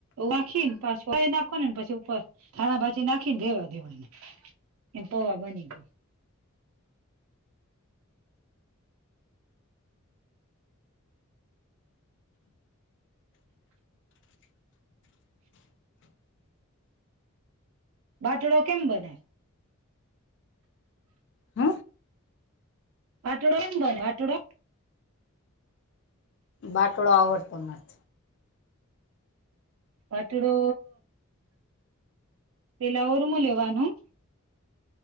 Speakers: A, on the right (about 70°); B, on the left (about 60°).
A: નાખી ને પાછું હુકાવીને પછી ઉપર ધાણાભાજી નાખીન રેવા દેવાનું. એમ પૌવા બની ગઈ. બાટડો કેમ બને?
B: હ?
A: પાટોડો કે બને પાટડો?
B: બાટડો આવો જ <unintelligible>
A: પાટડો પેલા ઉરમું લેવાનું.